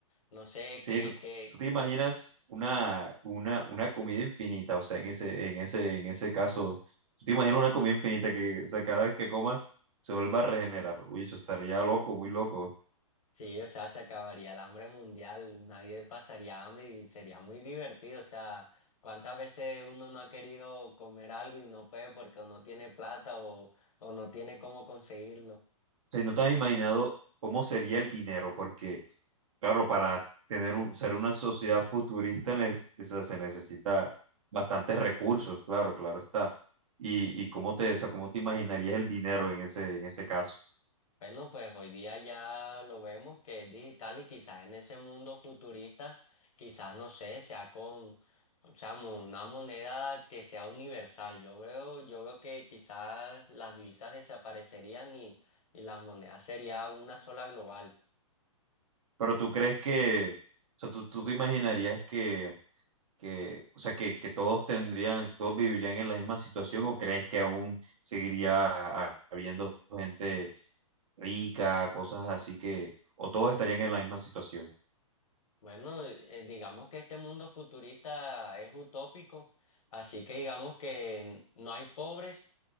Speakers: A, on the left (about 75°); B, on the right (about 65°).
A: No sé
B: Sí,
A: qué,
B: tú,
A: qué,
B: tú te imaginas una, una, una comida infinita, o sea, en ese, en ese, en ese caso, tú te imaginas una comida infinita que, o sea, cada vez que comas se vuelva a regenerar. Uy, eso estaría loco, muy loco. O
A: sí, o sea, se acabaría el hambre mundial, nadie pasaría hambre y sería muy divertido. O sea, cuántas veces uno no ha querido comer algo y no puede porque o no tiene plata o, o no tiene cómo conseguirlo.
B: sea, no te has imaginado cómo sería el dinero, porque, claro, para tener un- ser una sociedad futurista neces- o sea, se necesita bastantes recursos, claro, claro está. Y, y cómo te, o sea, cómo te imaginarías el dinero en ese, en ese caso.
A: Bueno, pues hoy día ya lo vemos que es digital y quizás en ese mundo futurista, quizás no sé, sea con, o sea, mo- una moneda que sea universal. Yo veo, yo veo que quizás las divisas desaparecerían y, y las monedas sería una sola global.
B: Pero tú crees que, o sea, tú, tú te imaginarías que que, o sea, que, que todos tendrían, todos vivirían en la misma situación o crees que aún seguiría ha- habiendo gente rica, cosas así que, o todos estarían en la misma situación?
A: Bueno, eh, digamos que este mundo futurista es utópico, así que digamos que no hay pobres,